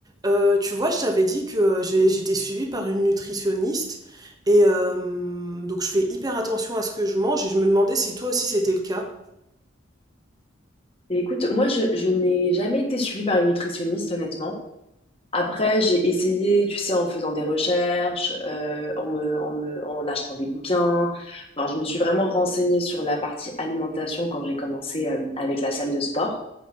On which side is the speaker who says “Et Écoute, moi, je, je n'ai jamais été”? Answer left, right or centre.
Left